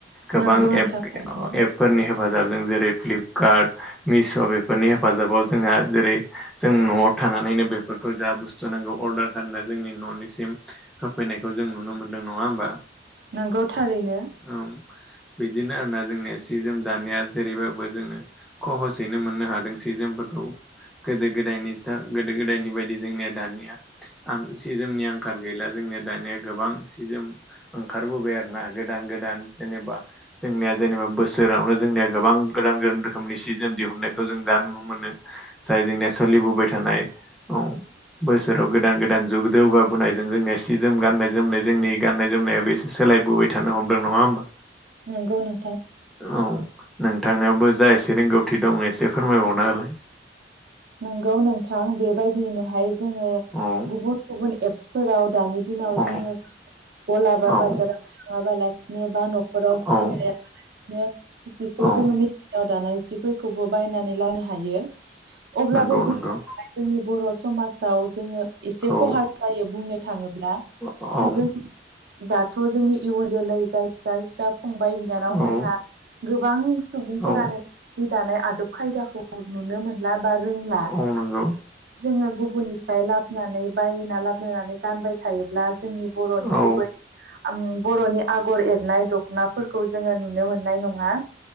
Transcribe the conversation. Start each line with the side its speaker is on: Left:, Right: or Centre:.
Centre: गोबां
Right: नंगौ नोंथां
Centre: एप
Right: थारैनो
Centre: फोरनि हेफाजाबजों जेरै फ्लिपकार्ट मिश' बेफोरनि हेफाजाबाव जोंहा जेरै जों न'आव थानानैनो बेफोरखौ जा बुस्थु नांगौ अर्डार खालामना जोंनि न'निसिम होफैनायखौ जों नुनो मोनदों नङा होमबा?
Right: नोंगौ थारैनो।
Centre: औ बिदिनो आरोना जोंनिया सि जोम दानाया जेरैबाबो जोङो खहसयैनो मोननो हादों सि जोमफोरखौ। गोदो गोदायनि दा गोदो गोदायनि बायदि जोंनिया दानिया आं सि जोमनि आंखाल गैला जोंनिया दानिया गोबां सि जोम ओंखारबोबाय आरोना गोदान-गोदान जेनेबा जोंनिया जेनेबा बोसोर सोरावनो जोंनिया गोबां गोदान गोदान रोखोमनि सि जोम दिहुननायखौ जों दा नुनो मोनो। जाय जोंनिया सोलिबोबाय थानाय औ। बोसोराव गोदान गोदान जुग जौगाबोनाय जों जोंनिया सि जोम गाननाय जोमनाय जोंनि गाननाय जोमनायाबो एसे सोलायबोबाय थानो हमदों नङा होमबा?
Right: नोंगौ नों
Centre: औ नोंथांनावबो जा एसे रोंगौथि दं एसे फोरमायबावना हालाय।
Right: नोंगौ नोंथां बेबायदिनोहाय जोङो
Centre: औ
Right: गुबुन गुबुन एपसफोराव दानि दिनाव
Centre: औ
Right: जोङो गलाबा
Centre: औ
Right: बाजाराव थङाबालासिनो बा न'खराव सि
Centre: औ
Right: दाया नो जिखौ
Centre: औ
Right: जोङो मिनायाव दानाय जिफोरखौबो बायनानै लानो हायो। अब्लाबो
Centre: नंगौ
Right: जोंहा
Centre: नंगौ
Right: बे जोंनि बर' समाजाव जोङो एसे
Centre: औ
Right: खहा जायो बुंनो थाङोब्ला
Centre: औ
Right: जों दाथ' जोंनि इयुन जोलै जाय फिसाय फिसा फंबाय बिनानाव
Centre: औ
Right: मोनहा गोबां सुबुंफोरानो
Centre: औ
Right: जि दानाय आदब खायदाखौ नुनो मोनला बा रोंला‌।
Centre: औ नंगौ
Right: जोङो गुबुननिफ्राय लाबनानै बायना लाबोनानै गानबाय थायोब्ला जोंनि बर'नि
Centre: औ
Right: गुबै बर'नि आगर एरनाय दख'नाफोरखौ जोङो नुनो मोननाय नङा।